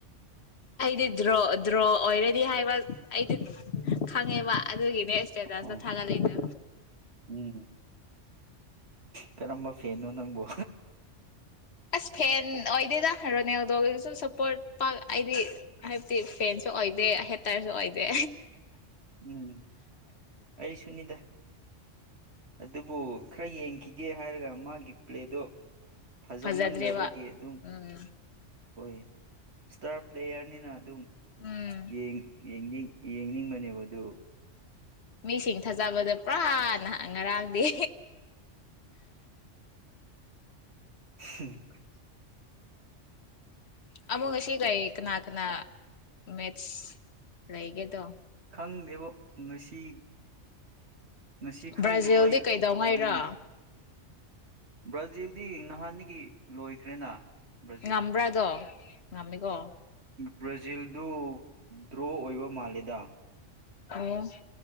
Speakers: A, on the left; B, on the right.
A: ꯑꯩꯗꯤ ꯗ꯭ꯔꯣ ꯗ꯭ꯔꯣ ꯑꯣꯏꯔꯦ ꯍꯥꯏꯕ ꯑꯩꯗꯤ ꯈꯪꯉꯦꯕ ꯑꯗꯨꯒꯤ ꯅꯁ
B: ꯑꯣ
A: ꯑ ꯊꯥꯂ ꯂꯩꯗ
B: ꯎꯝ ꯀꯔꯝꯕ ꯐꯦꯅꯣ ꯅꯪꯕꯣ
A: ꯑꯁ ꯐꯦꯦꯟ ꯑꯣꯏꯗꯦꯗ ꯔꯣꯅꯦꯜꯗꯣꯒꯤꯁꯨ ꯁꯞꯄꯣꯔꯠ ꯄꯥꯛ ꯑꯩꯗꯤ ꯍꯥꯏꯕꯗꯤ ꯐꯦꯟꯁꯨ ꯑꯣꯏꯗꯦ ꯍꯦꯇꯔꯁꯨ ꯑꯣꯏꯗꯦ
B: ꯎꯝ ꯑꯩ ꯁꯨꯅꯤꯗ ꯑꯗꯨꯕꯨ ꯈꯔ ꯌꯦꯡꯈꯤꯒꯦ ꯍꯥꯏꯔꯒ ꯃꯥꯒꯤ ꯄ꯭ꯂꯦꯗꯣ ꯐꯖꯃꯟꯗꯕꯒꯤ
A: ꯐꯖꯗ꯭ꯔꯦꯕ
B: ꯑꯗꯨꯝ
A: ꯎꯝ
B: ꯑꯣꯏ ꯏꯁꯇꯔꯞ ꯄ꯭ꯂꯦꯌꯔꯅꯤꯅ ꯑꯗꯨꯝ
A: ꯎꯝ
B: ꯌꯦꯡ ꯌꯦꯡꯅꯤꯡ ꯌꯦꯡꯅꯤꯡꯕꯅꯦꯕ ꯑꯗꯨꯣ
A: ꯃꯤꯁꯤꯡ ꯊꯥꯖꯕꯗ ꯄꯨꯔꯥ ꯅꯍ ꯉꯔꯥꯡꯗꯤ
B: ꯎꯝ
A: ꯑꯃꯨꯛ ꯉꯁꯤ ꯀꯩ ꯀꯅꯥ ꯀꯅꯥ ꯃꯦꯠꯁ ꯂꯩꯒꯦ ꯇꯣ
B: ꯈꯪꯗꯦꯕ ꯉꯁꯤ ꯉꯁꯤ ꯈꯪꯗꯦꯕ
A: ꯕ꯭ꯔꯥꯖꯤꯜꯗꯤ
B: ꯑꯩ
A: ꯀꯩꯗꯧꯉꯩꯔꯣ
B: ꯍꯣꯔꯦꯟꯅꯤ ꯕ꯭ꯔꯥꯖꯤꯜ ꯗꯤ ꯅꯍꯥꯟꯗꯒꯤ ꯂꯣꯏꯈ꯭ꯔꯦꯅ ꯕ꯭ꯔꯥꯖꯤꯜ
A: ꯉꯝꯕ꯭ꯔꯥꯗꯣ ꯑꯃꯤ <unintelligible>
B: ꯕ꯭ꯔꯥꯖꯤꯜꯗꯨ ꯗ꯭ꯔꯣ ꯑꯣꯏꯕ ꯃꯥꯜꯂꯦꯗ
A: ꯎꯝ